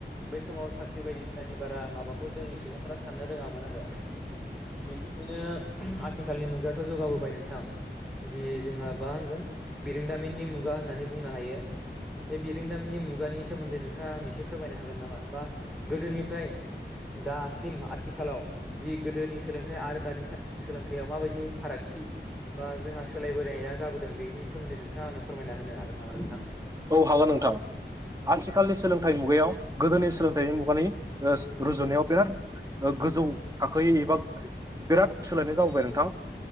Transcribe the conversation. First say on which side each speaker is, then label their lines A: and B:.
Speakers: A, in the centre; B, on the right.
A: बै समाव साख्रि बायदिसिनानि बारा माबाखौ जोंनि सुबुंफोरा साननो रोङामोन आरो। बिदिनो आथिखालनि मुगायावथ' जौगाबोबाय नोंथां दि जोंहा मा होनगोन बिरोंदामिननि मुगा होननानै बुंनो हायो बे बिरोंदामिननि मुगानि सोमोन्दै नों आं एसे फोरमायनो हागोन नामा बा गोदोनिफ्राय दासिम आथिखालाव जि गोदोनि सोलोंथाइ आरो दानि सोलोंथायाव माबायदि फारागथि बा जोंहा सोलायबोनाया जाबोदों बे बिनि सोमोन्दै नोंथाङा फोरमायना होनो हागोन नामा नोंथां।
B: औ हागोन नोंथां आथिखालनि सोलोंथाइ मुगायाव गोदोनि सोलोंथाइ मुगानि ओ रुजुनायाव बिराद ओ गोजौ थाखोयै एबा बिराद सोलायनाय जाबोबाय नोंथां।